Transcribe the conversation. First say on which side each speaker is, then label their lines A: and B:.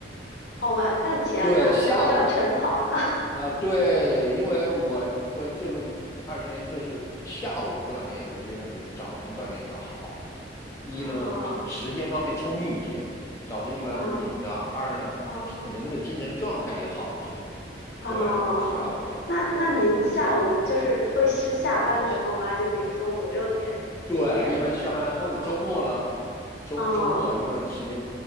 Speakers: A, on the left; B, on the left.
A: 哦，晚饭前呢，
B: 对，下午
A: 怎么叫晨跑呢？<laughs>
B: 啊、对，因为我因为这么二十年都是下午锻炼，我觉得比早晨锻炼要好。一呢，
A: 哦，
B: 时间方面充裕一些，早晨一般很紧张；
A: 嗯，
B: 二呢，
A: 哦。
B: 人的精神状态也好一些。
A: 哦，
B: 对，下午的时候，
A: 那那您下午就是会是下班之后吗？就比如说五六点、
B: 对，
A: 五点之后，
B: 一般下班或者周末了，
A: 哦
B: 周周末因为你时间
A: 哦，